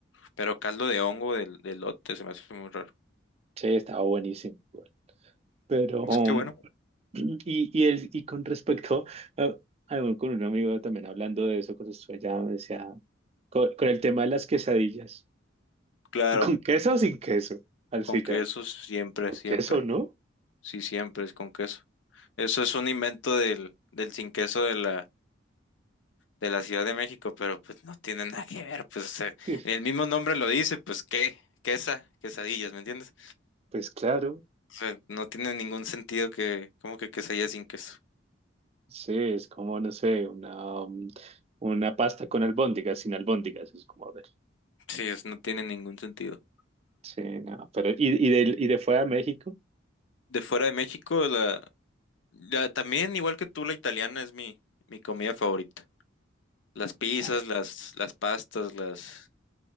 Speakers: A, on the left; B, on the right.
A: pero caldo de hongo del de elote se me hace muy raro.
B: Sí, estaba buenísimo. igual. Pero,
A: Es
B: um,
A: que bueno,
B: <clears throat> y, y, el, y con respecto, a- a- con un amigo también hablando de eso, cuando estuve allá, me decía, con, con el tema de las quesadillas.
A: claro,
B: ¿Con queso o sin queso? Al
A: con
B: final.
A: queso siempre,
B: ¿Con
A: siempre.
B: queso, no?
A: Sí, siempre es con queso. Eso es un invento del, del sin queso de la, de la Ciudad de México, pero pues no tiene nada que ver, pues o sea,
B: Que-
A: el mismo nombre lo dice, pues qué, quesa, quesadillas, ¿me entiendes?
B: Pues claro,
A: O sea, no tiene ningún sentido que, como que quesadilla sin queso.
B: sí, es como, no sé, una, um, una pasta con albóndigas, sin albóndigas, es como, a ver.
A: Sí, es- no tiene ningún sentido.
B: Sí, no, pero, ¿y, y de, y de fuera a México?
A: De fuera de México, la, Ya, también, igual que tú, la italiana es mi, mi comida favorita. Las pizzas,
B: Ah,
A: las, las pastas, las,